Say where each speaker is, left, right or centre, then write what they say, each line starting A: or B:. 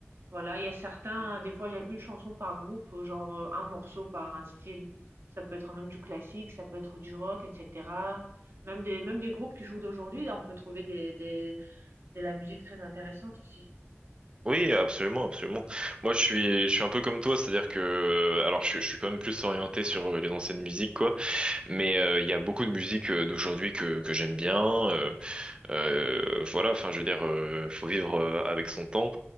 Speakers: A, on the right (about 60°); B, on the right (about 20°).
A: Voilà, il y a certains, des fois j'aime une chanson par groupe, euh, genre euh, un morceau par un style. Ça peut être même du classique, ça peut être du rock, etc. Même des, même des groupes qui jouent d'aujourd'hui, là on peut trouver des, des, de la musique très intéressante aussi.
B: Oui, absolument, absolument. Moi, je suis, je suis un peu comme toi, c'est-à-dire que, alors, je, je suis quand même plus orienté sur euh, les anciennes musiques, quoi. Mais euh, il y a beaucoup de musique euh, d'aujourd'hui que que j'aime bien. euh, euh, voilà, enfin, je veux dire, euh, faut vivre euh, avec son temps.